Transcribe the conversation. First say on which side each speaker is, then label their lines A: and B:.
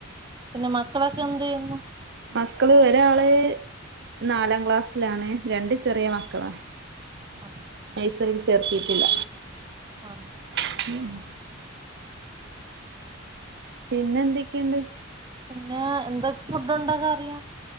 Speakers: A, on the right (about 20°); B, on the right (about 60°).
A: പിന്നെ മക്കളൊക്കെ എന്ത്‌ ചെയ്യുന്നു
B: മക്കള് ഒരാള്- നാലാം ക്ലാസ്സിലാണ് രണ്ട് ചെറിയ മക്കളാ
A: ആഹ്
B: നൈസലിൽ ൽ ചേർത്തീട്ടില്ല
A: ആഹ്
B: <inaudible> പിന്നെ എന്തൊക്കെയുണ്ട്
A: പിന്നെ എന്തൊക്കെ ഫുഡ് ഉണ്ടാക്കാനറിയാം